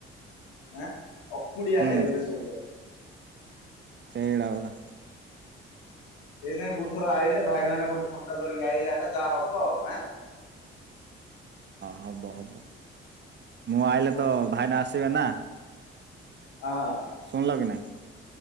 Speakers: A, on the left; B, on the right.
A: ଆଁ ଅକୁଳିଆ
B: ହୁଁ
A: ହେଇଗଲେ ସବୁଯାକ।
B: ସେଡ଼ା ପରା।
A: ସେଇଥିପାଇଁ ଗୋଟ୍ ଥର ଆଇିଲେ ଭାଇ ମାନେ ଗୋଟେ ଥଣ୍ଡା ଧରିକି ଆଇଲେ ଆକା ଯା ହବ ଆଉ ଆଁ।
B: ହଁ ହବ ହବ ମୁଁ ଆଇଲେ ତ ଭାଇନା ଆସିବେ ନା।
A: ହଁ।
B: ଶୁଣିଲ କି ନାଇଁ?